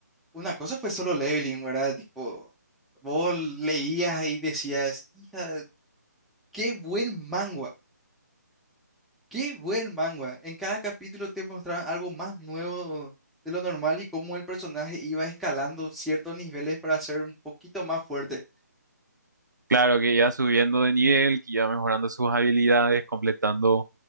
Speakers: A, in the centre; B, on the right (about 80°).
A: Una cosa fue solo leveling, ¿verdad? Tipo, vos leías y decías, hija, qué buen manga, qué buen manga. En cada capítulo te mostraban algo más nuevo de lo normal y cómo el personaje iba escalando ciertos niveles para ser un poquito más fuerte.
B: Claro que ya subiendo de nivel, que ya mejorando sus habilidades, completando